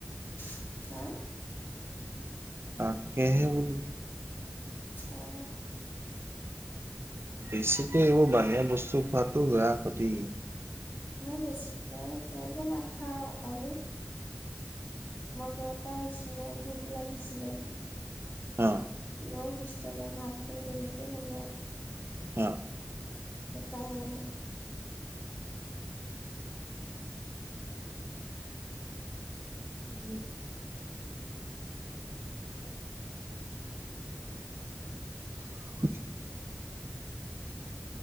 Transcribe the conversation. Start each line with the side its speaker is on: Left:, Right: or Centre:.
Left: <unintelligible> হা
Right: তাকেহে বো
Left: অ <unintelligible>
Right: বেছিকৈ এইবোৰ বাহিৰা বস্তু খোৱাতটো বেয়া ক্ষতি
Left: মই বেছিকে তেনেকে নেখাও কালে মই ঘৰৰ পৰাই আহিছো ন ভোক লাগিছিলে
Right: অ',।
Left: ন হোষ্টেলৰ ভাতটো দেৰিকে হ'ব।
Right: অ'হ।
Left: সেইকাৰানেহে
Right: উম। <unintelligible>